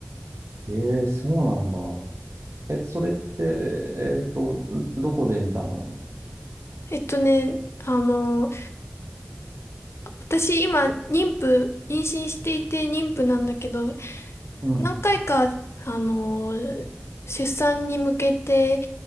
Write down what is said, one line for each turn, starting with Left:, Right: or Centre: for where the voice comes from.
Right: ええそうなんだ。え、それって、えっと、んどこで見たの
Left: えっとね、あの、私今妊婦、妊娠していて妊婦なんだけど、
Right: うん。
Left: 何回か、あの、出産に向けて